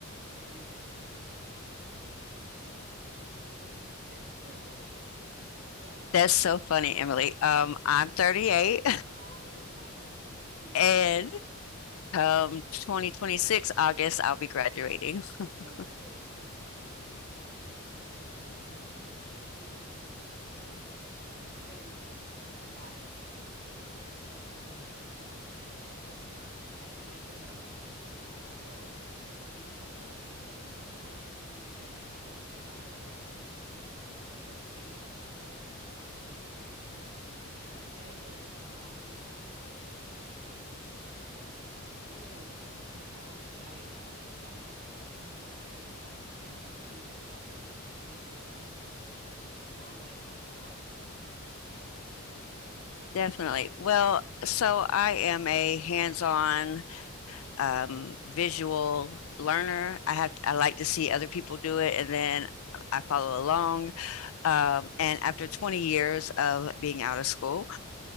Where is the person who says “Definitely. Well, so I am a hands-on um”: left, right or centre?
Left